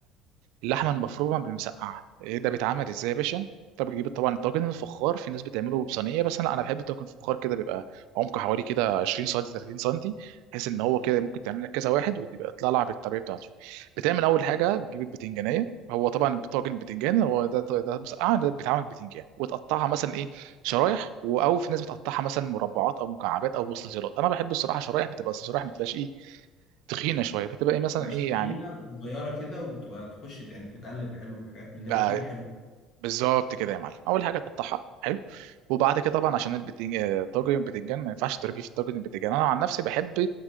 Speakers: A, on the right; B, on the left.
A: اللحمه المفرومه بالمسقعه ايه ده بيتعمل ازاي يا باشا انت بتجيب طبعا الطاجن الفخار في ناس بتعمله بصينيه بس انا انا بحب الطاجن الفخار كده بيبقى عمقه حوالي كده 20 سم 30 سم بحيث ان هو كده ممكن تعمل لك كذا واحد وتبقى تطلع لها بالطريقه بتاعته بتعمل اول حاجه بتجيب البتنجانيه هو طبعا طاجن بتنجان هو ده ده مسقعه ده بيتعمل بتنجان وتقطعها مثلا ايه شرايح و- او في ناس بتقطعها مثلا مربعات او مكعبات او مستطيلات انا بحب الصراحه شرايح بتبقى الشرايح ما تبقاش ايه تخينه شويه بتبقى ايه مثلا
B: مبقاش
A: ايه
B: تخينه
A: يعني
B: بتبقى صغيره كده وبتبقى تخش يعني تتقلب حلو وحاجات من ده
A: آه،
B: وتطيب حلو
A: بالظبط كده يا معلم اول حاجه تقطعها حلو وبعد كده طبعا عشان البتنج... آه، طاجن البتنجان ما ينفعش تربيه في الطاجن البتنجان انا عن نفسي بحب